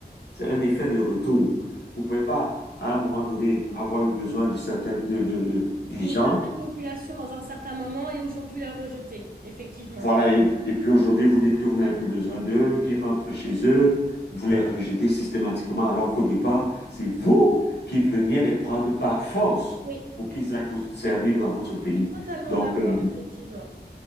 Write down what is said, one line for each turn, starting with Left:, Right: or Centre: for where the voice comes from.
Left: c'est un effet de retour. Vous pouvez pas, à un moment donné, avoir eu besoin de certains, de, de, de- des
Right: D'une
Left: gens
Right: certaine population dans un certain moment et aujourd'hui la rejeter. Effectivement.
Left: Voilà, et, et puis aujourd'hui, vous dites que vous n'avez plus besoin d'eux, qu'ils rentrent chez eux, vous les rejetez systématiquement, alors qu'au départ, c'est vous qui veniez les prendre par force
Right: Oui.
Left: pour qu'ils aillent vous servir dans votre pays.
Right: Je suis totalement
Left: Donc,
Right: d'accord,
Left: euh,
Right: effectivement.